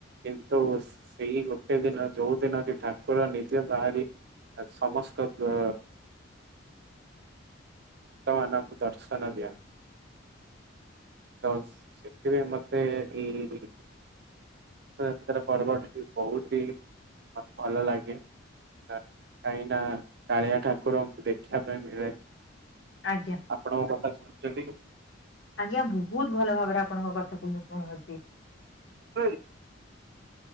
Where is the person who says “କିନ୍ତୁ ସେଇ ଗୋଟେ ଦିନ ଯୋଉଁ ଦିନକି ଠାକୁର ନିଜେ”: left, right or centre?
Right